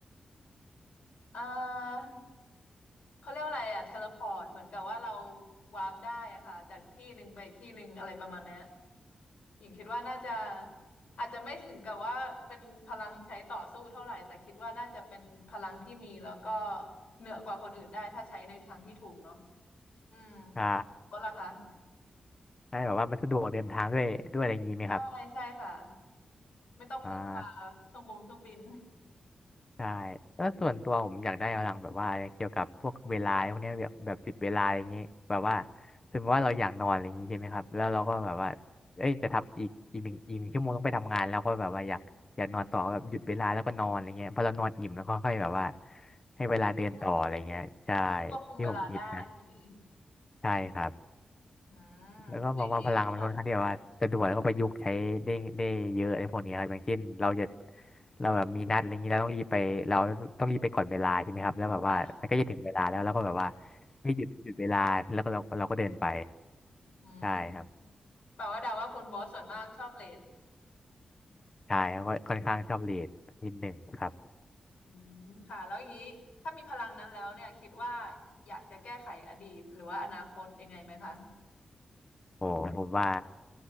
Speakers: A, on the left; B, on the left.
A: อ่าเขาเรียกว่าอะไรอะเทเลพอร์ตเหมือนกับว่าเราวาร์ปได้อะค่ะจากที่หนึ่งไปอีกที่หนึ่งอะไรประมาณเนี้ยหญิงคิดว่าน่าจะอาจจะไม่ถึงกับว่าเป็นพลังใช้ต่อสู้เท่าไหร่ แต่คิดว่าน่าจะเป็นพลังที่มีแล้วก็เหนือกว่าคนอื่นได้ถ้าใช้ในทางที่ถูกเนาะ อืม
B: ใช่
A: ก็ล่ะคะ
B: ใช่แบบว่ามันสะดวกเดินทางด้วยด้วยอะไรอย่างนี้ไหมครับ
A: ใช่ใช่ค่ะไม่ต้องพึ่งพาเครื่องบงเครื่องบิน
B: อ่า ใช่แล้วส่วนตัวผมอยากได้พลังแบบว่าเกี่ยวกับพวกเวลาพวกเนี้ยแบบแบบจุดเวลาอย่างงี้แบบว่าสมมติว่าเราอยากนอนอะไรอย่างงี้ใช่ไหมครับแล้วเราก็แบบว่าเอ้ยจะทำอีกอีกหนึ่งอีกหนึ่งชั่วโมงต้องไปทำงานแล้วก็แบบว่าอยากอยากนอนต่อแบบหยุดเวลาแล้วก็นอนอะไรเงี้ยพอเรานอนอิ่มแล้วก็ค่อยแบบว่าให้เวลาเดินต่ออะไรเงี้ยใช่
A: อืมควบคุมเวลาได้ใช่ไหม
B: ที่ผมคิดนะใช่ครับ
A: อืมไอ้แบบ
B: แล้วก็มองว่าพลังมันค่อนข้างที่แบบว่าจะด่วนแล้วก็ประยุกต์ใช้ได้ได้เยอะไอ้พวกนี้ครับอย่างเช่นเราจะเราแบบมีนัดอะไรอย่างนี้เราต้องรีบไปเราต้องรีบไปก่อนเวลาใช่ไหมครับแล้วแบบว่ามันก็จะถึงเวลาแล้วแล้วก็แบบว่า
A: ค่ะ
B: ไม่หยุดหยุดเวลาแล้วก็เราเราก็เดินไป
A: อืม
B: ใช่ครับ
A: แปลว่าเดาว่าคุณโบสส่วนมากชอบเลท
B: ใช่แล้วก็ค่อนข้างชอบเียนิดหนึ่งครับ
A: อืมค่ะแล้วอย่างนี้ถ้ามีพลังนั้นแล้วเนี่ยคิดว่าอยากจะแก้ไขอดีตหรือว่าอนาคตยังไงไหมคะ
B: โอ้ผมว่า